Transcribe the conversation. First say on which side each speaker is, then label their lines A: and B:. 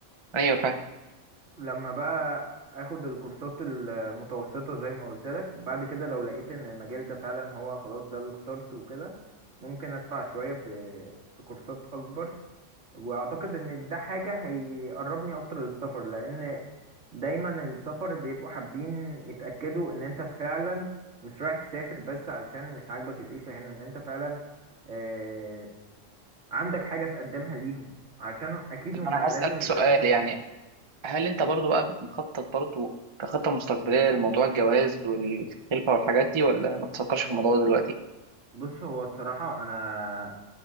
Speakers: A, on the right (about 30°); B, on the right (about 70°).
A: ايوه فاهم
B: لما بقى اخد الكورسات المتوسطة زي ما قلت لك بعد كده لو لقيت ان المجال ده فعلا هو خلاص ده اللي اخترته وكده ممكن ادفع شوية في في كورسات اكبر واعتقد ان ده حاجة هيقربني اكتر للسفر لان دايما السفر بيبقوا حابين يتأكدوا ان انت فعلا مش رايح تسافر بس علشان مش عاجبك العيشة هنا ان انت فعلا آه، عندك حاجة تقدمها ليهم علشان اكيد هم
A: انا
B: لازم
A: هسألك سؤال
B: يستفادوا
A: يعني
B: منك
A: هل انت برضو بقى مخطط برضو كخطة مستقبلية لموضوع الجواز والخلفة والحاجات دي ولا ما تفكرش في الموضوع ده دلوقتي؟
B: بص هو الصراحة أنا